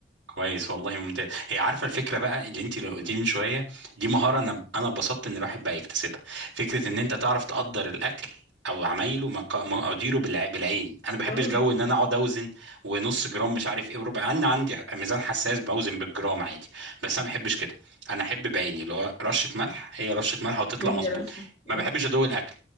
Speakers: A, on the right; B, on the left.
A: كويس والله ممتاز هي عارفه الفكره بقى اللي انت قلتيه من شويه دي مهاره انا انا اتبسطت ان الواحد بقى يكتسبها فكره ان انت تعرف تقدر الاكل او عمايله مقا- مقاديره بالع- بالعين انا ما بحبش
B: اه
A: جو ان انا اقعد اوزن ونص جرام مش عارف ايه وربع انا عندي ميزان حساس بوزن بالجرام عادي بس انا ما بحبش كده انا احب بعيني اللي هو رشه ملح هي رشه ملح وتطلع
B: هي
A: مظبوط
B: رشه
A: ما
B: اه
A: بحبش ادوق الاكل